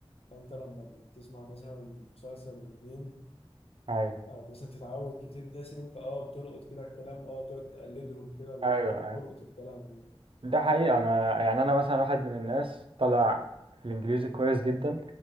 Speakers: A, on the left (about 70°); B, on the right (about 60°).
A: فانت لما بتسمع مثلا مسلسل واتنين
B: ايوه
A: او مثلا تتعود كتير بتحس ان انت اه بتلقط كده الكلام اه بتقعد تقلدهم كده
B: ايوه
A: فبتلقط الكلام يعني
B: ده حقيقة أنا يعني أنا مثلا واحد من الناس طالع في الإنجليزي كويس جدا